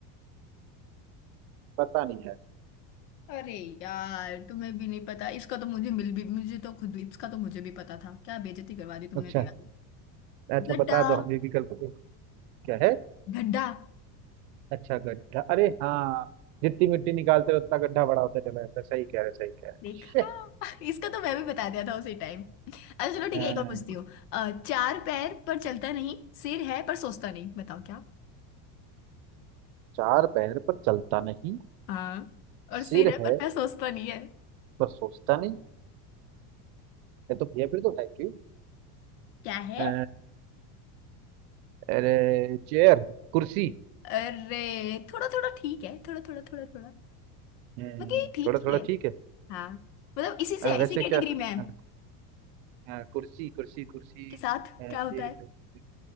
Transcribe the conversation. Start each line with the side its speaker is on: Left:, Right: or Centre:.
Right: पता नहीं है
Left: अरे यार तुम्हें भी नहीं पता इसका तो मुझे मिल भी मुझे तो खुद इसका तो मुझे भी पता था क्या बेइज्जती करवा दी तुमने
Right: अच्छा
Left: तो यार
Right: अच्छा
Left: गड्ढा
Right: बता दो हमें विकल्प को। क्या है
Left: गड्ढा
Right: अच्छा गड्ढा अरे हाँ जितनी मिट्टी निकालते रहो उतना गड्ढा बड़ा होता चला जाता है सही कह रहे सही कह रहे
Left: देखा
Right: Shit!
Left: <laughs> इसका तो मैं भी बता दिया था उसी टाइम अच्छा चलो ठीक
Right: हाँ,
Left: है एक और पूछती हूँ अ, चार पैर पर चलता नहीं सिर है पर सोचता नहीं बताओ क्या?
Right: चार पैर पर चलता नहीं
Left: हाँ और
Right: सिर
Left: सिर है
Right: है
Left: पर मैं सोचता नहीं है
Right: पर सोचता नहीं ये तो ये फिर तो है क्यों
Left: क्या है
Right: अ, अरे चेयर कुर्सी
Left: अरे थोड़ा थोड़ा ठीक है थोड़ा थोड़ा थोड़ा थोड़ा
Right: हम्म,
Left: मतलब ये ठीक
Right: थोड़ा थोड़ा
Left: ही है
Right: ठीक है
Left: हाँ मतलब इसी से
Right: अ, वैसे
Left: इसी कैटेगरी
Right: क्या
Left: में है
Right: हाँ। हाँ कुर्सी कुर्सी कुर्सी
Left: के साथ
Right: अ, चेयर
Left: क्या होता है
Right: कुर्सी,